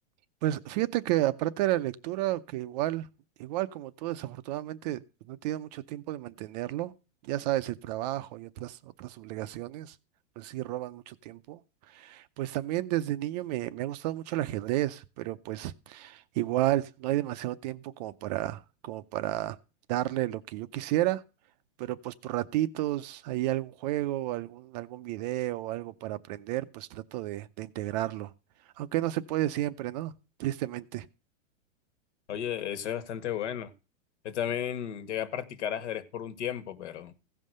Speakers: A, on the right; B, on the left.
A: Pues fíjate que aparte de la lectura, que igual, igual como tú, desafortunadamente pues, no he tenido mucho tiempo de mantenerlo, ya sabes, el trabajo y otras, otras obligaciones, pues sí roban mucho tiempo. Pues también desde niño me, me ha gustado mucho el ajedrez, pero pues Igual, no hay demasiado tiempo como para, como para darle lo que yo quisiera, pero pues por ratitos, hay algún juego, algún, algún video, algo para aprender, pues trato de, de integrarlo. Aunque no se puede siempre, ¿no? Tristemente.
B: Oye, eso es bastante bueno. Yo también llegué a practicar ajedrez por un tiempo, pero